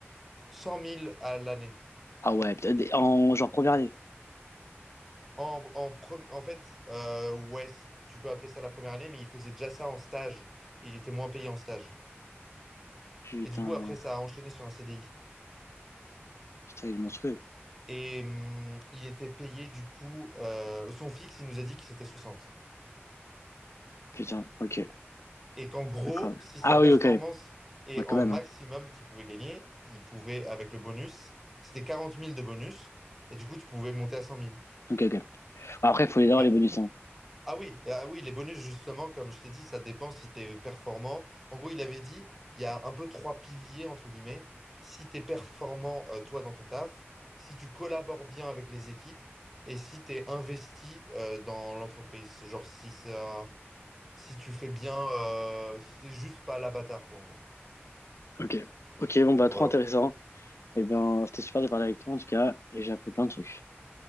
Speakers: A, in the centre; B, on the left (about 90°).
A: 100 000 à l'année.
B: Ah ouais, putain, des- en genre première année.
A: En, en, pre- en fait, euh, ouais, si tu peux appeler ça la première année, mais il faisait déjà ça en stage. Et il était moins payé en stage.
B: Putain,
A: Et du coup, après, ça a enchaîné sur un CDI.
B: putain, il est monstrueux.
A: Et hum, il était payé du coup, euh, son fixe, il nous a dit que c'était 60.
B: Putain, ok.
A: Et qu'en gros,
B: Incroyable.
A: si sa
B: Ah
A: performance
B: oui, ok.
A: est
B: Ouais, quand
A: en
B: même,
A: maximum
B: hein.
A: qu'il pouvait gagner, il pouvait, avec le bonus, c'était 40 000 de bonus, et du coup, tu pouvais monter à 100 000.
B: Ok, ok. Bon, Après, il faut les avoir,
A: Mais
B: les bonus, hein.
A: Ah oui, ah oui, les bonus, justement, comme je t'ai dit, ça dépend si tu es performant. En gros, il avait dit, il y a un peu trois piliers, entre guillemets. Si tu es performant, euh, toi, dans ton taf, si tu collabores bien avec les équipes et si tu es investi, euh, dans l'entreprise. Genre, si ça, si tu fais bien, euh, si t'es juste pas l'abatard, quoi, en gros.
B: Ok. Ok, bon, bah,
A: Voilà.
B: trop intéressant. Eh bien, c'était super de parler avec toi, en tout cas, et j'ai appris plein de trucs.